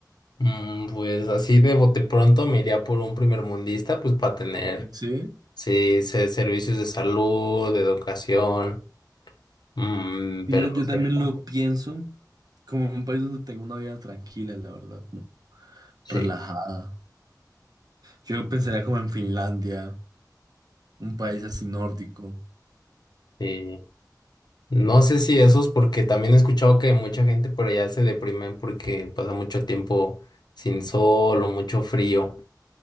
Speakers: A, on the left; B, on the right.
A: Mm, Pues así de bote pronto me iría por un primermundista, pues para tener,
B: Sí.
A: sí, se- servicios de salud, de educación, mm,
B: Y
A: pero
B: Yo, yo
A: no sé
B: también
A: cómo.
B: lo pienso como un país donde tengo una vida tranquila, la verdad, como
A: Sí,
B: relajada. Yo pensaría como en Finlandia, un país así nórdico.
A: sí. No sé si esos, porque también he escuchado que mucha gente por allá se deprime porque pasa mucho tiempo sin sol o mucho frío.